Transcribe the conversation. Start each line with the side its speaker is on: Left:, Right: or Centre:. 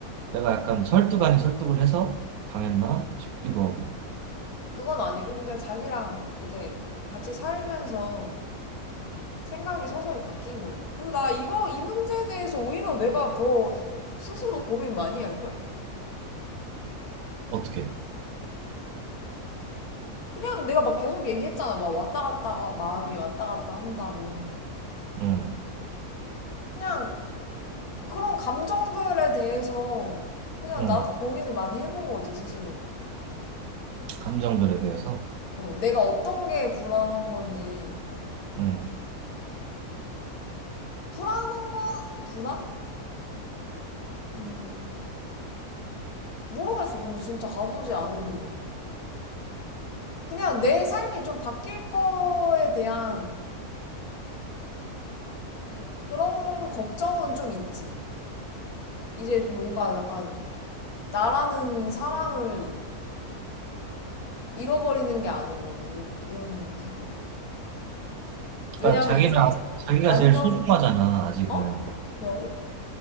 Right: 내가 약간 설득 아닌 설득을 해서 당했나 싶기도 하고.
Left: 그건 아니고 그냥 자기랑 이제 같이 살면서 생각이 서서히 바뀐 거지 그리고 나 이거 이 문제에 대해서 오히려 내가 더 스스로 고민 많이 할걸?
Right: 어떻게?
Left: 그냥 내가 막 계속 얘기했잖아. 막 왔다 갔다가 마음이 왔다 갔다 한다고.
Right: 음,
Left: 그냥 그런 감정들에 대해서 그냥
Right: 음,
Left: 나도 고민을 많이 해본 것 같아, 스스로.
Right: 감정들에 대해서.
Left: 어, 내가 어떤 게 불안한 건지.
Right: 음.
Left: 불안한 건, 불안? 음, 모르겠어. 근데 진짜 가보지 않은 길이라. 그냥 내 삶이 좀 바뀔 거에 대한 그런 걱정은 좀 있지. 이제 좀 뭔가 약간 나라는 사람을 이- 잃어버리는 게 아닌가, 막 이런, 이런 생각? 왜냐면
Right: 그러니까 자기는,
Left: 이제
Right: 아- 자기가
Left: 완전,
Right: 제일 소중하잖아, 아직은.
Left: 어? 뭐라고?